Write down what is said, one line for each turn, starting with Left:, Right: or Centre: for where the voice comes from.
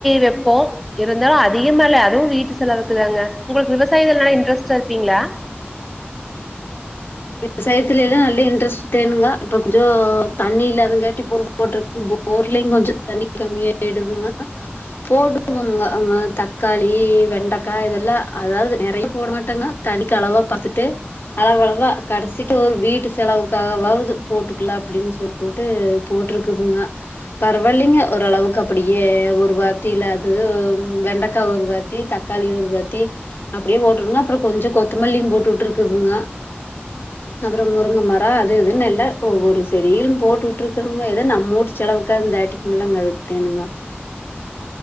Centre: வெப்போ இருந்தாலு அதிகமா இல்ல அதுவு வீட்டு செலவுக்கு தாங்க உங்களுக் விவசாய இதுல் நல்லா இன்ட்ரெஸ்ட்டா இருப்பீங்ளா
Left: விவசாயத்துலெல்லா நல்லா இன்ட்ரெஸ்ட் தேனுங்கோ இப்ப கொஞ்சோ தண்ணி இல்லாதங்காட்டி இப்பொரு மோட்ரு போர்லயு கொஞ்ச தண்ணி கம்மியாய்டுதுங்க போடுவோங்க அங்க தக்காளி, வெண்டக்கா இதெல்லா அதாவ்து நெறைய போட மாட்டங்க தண்ணிக்களவா பாத்துட்டு அளவளவா கடைசிக்கு ஒரு வீட்டு செலவுக்காகவாவ்து போட்டுக்கலா அப்டின் சொல்லி போட்டு போட்ருக்குதுங்க பரவால்லிங்க ஓரளவுக்கு அப்படியே ஒரு பாத்தில அது வெண்டக்கா ஒரு பாத் தி தக்காளி ஒரு பாத்தி அப்பிடியே போட்டுருங்க அப்பறோ கொஞ்ச கொத்துமல்லியு போட்டு உட்ருக்குதுங்க அப்பறோ முருங்க மரோ அது இதுன் எல்லா ஒவ்வொரு செடியிலு போட்டு உட்ருக்கறங்க எதோ நம்ம வூட்டு செலவுக்காது தாட்டி மில்லங்க அதுக் தேனுங்க